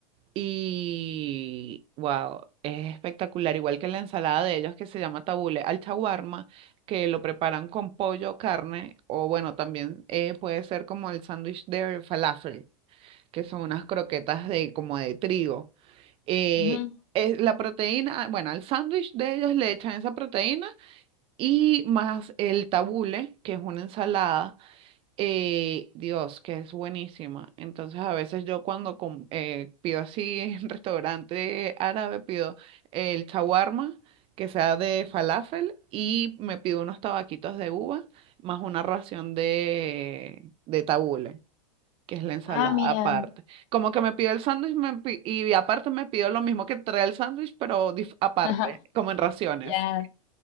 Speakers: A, on the right; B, on the left.
A: Y wow, es espectacular, igual que la ensalada de ellos que se llama tabule al chaguarma, que lo preparan con pollo, carne, o bueno, también eh, puede ser como el sándwich de falafel, que son unas croquetas de como de trigo. Eh,
B: Ujú.
A: es la proteína, bueno, al sándwich de ellos le echan esa proteína y más el tabule, que es una ensalada eh, Dios, que es buenísima. Entonces, a veces yo cuando com- eh, pido así en <laughs> restaurante árabe, pido el shawarma, que sea de falafel, y me pido unos tabaquitos de uva, más una ración de, de tabule, que es la ensalada
B: Ah, mira.
A: aparte. Como que me pido el sándwich me pi- y aparte me pido lo mismo que trae el sándwich, pero dif- aparte,
B: <laughs>
A: como en raciones.
B: Ya.